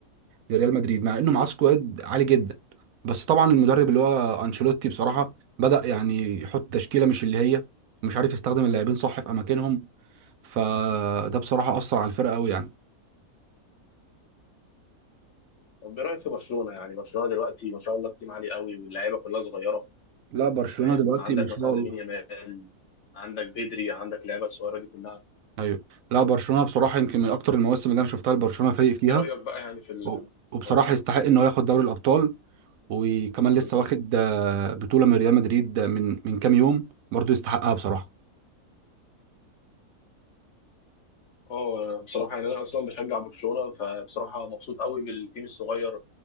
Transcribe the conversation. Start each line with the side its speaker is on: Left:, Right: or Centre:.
Right: لريال مدريد مع إنه معاه سكواد عالي جدا بس طبعا المدرب اللي هو أنشيلوتي بصراحة
Left: مم.
Right: بدأ يعني يحط تشكيلة مش اللي هي مش عارف يستخدم اللاعبين صح في أماكنهم فده بصراحة أثر على الفرقة أوي يعني
Left: طب ايه رايك في برشلونه يعني برشلونه دلوقتي ما شاء الله التيم عالي قوي واللعيبه كلها صغيره
Right: لا برشلونة
Left: فاهم
Right: دلوقتي
Left: عندك
Right: ما شاء
Left: مثلا لامين
Right: الله
Left: يامال عندك بدري عندك لعيبه الصغيره دي كلها
Right: ايوه لا برشلونه بصراحه يمكن من اكتر المواسم اللي انا شفتها لبرشلونه فايق فيها
Left: ايه رايك بقى يعني في ال
Right: و- وبصراحة
Left: اه
Right: يستحق إن هو ياخد دوري الأبطال وكمان
Left: مم.
Right: لسه واخد آه، بطولة من ريال مدريد آه، من من كام يوم برضه يستحقها بصراحة
Left: اه أنا بصراحه يعني انا اصلا بشجع برشلونه فبصراحه مبسوط قوي بالتيم الصغير